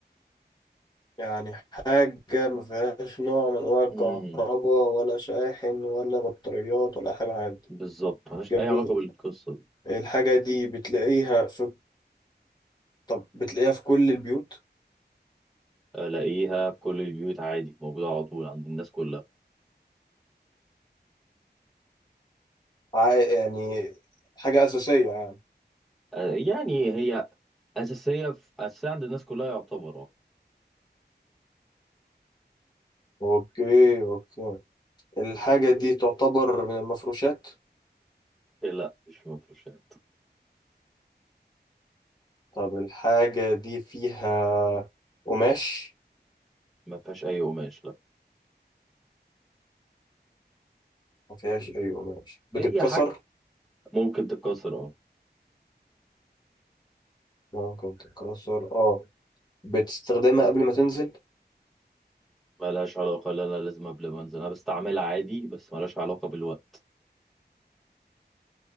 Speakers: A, on the left; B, in the centre.
A: يعني حاجة ما فيهاش نوع من أنواع الكهرباء
B: امم
A: ولا شاحن ولا بطاريات ولا أي حاجة من الحاجات دي
B: بالظبط ملهاش
A: جميل
B: أي علاقة بالقصة دي
A: الحاجة دي بتلاقيها في طب بتلاقيها في كل البيوت
B: ألاقيها في كل البيوت عادي موجودة على طول عند الناس كلها
A: ع- يعني حاجة أساسية يعني
B: آه، يعني هي أساسية في أساسية عند الناس كلها يعتبر اه
A: اوكي اوكي الحاجة دي تعتبر من المفروشات
B: إيه لا مش مفروشات
A: طب الحاجة دي فيها قماش
B: ما فيهاش أي قماش لا
A: ما فيهاش أي قماش بتتكسر
B: هي حاجة ممكن تتكسر اه
A: ممكن تتكسر اه بتستخدمها قبل ما تنزل
B: ملهاش علاقة لا أنا لازم قبل ما أنزل أنا بستعملها عادي بس ملهاش علاقة بالوقت